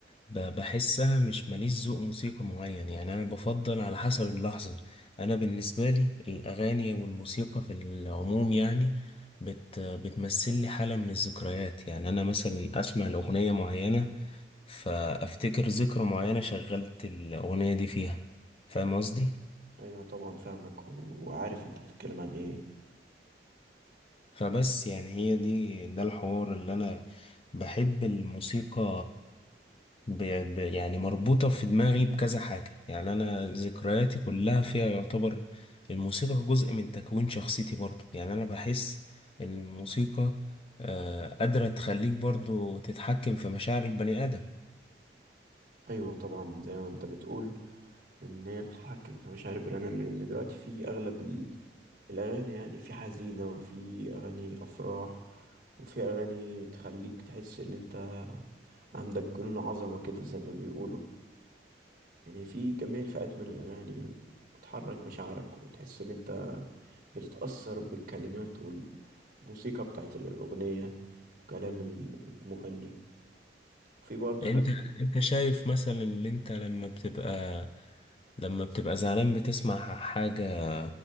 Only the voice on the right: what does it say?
أيوة طبعا فاهمك وعارف أنت بتتكلم عن إيه
أيوة طبعا زي ما أنت بتقول إن هي بتتحكم في مشاعر البني آدم لأن دلوقتي في أغلب ال- الأغاني يعني في حزينة وفي أغاني أفراح وفي أغاني تخليك تحس إن أنت عندك جنون عظمة كده زي ما بيقولوا يعني في جميع الفئات من الأغاني وتحرك مشاعرك وتحس إن أنت بتتأثر بالكلمات والموسيقى بتاعت الأغنية وكلام المغني وفي برضه
ناس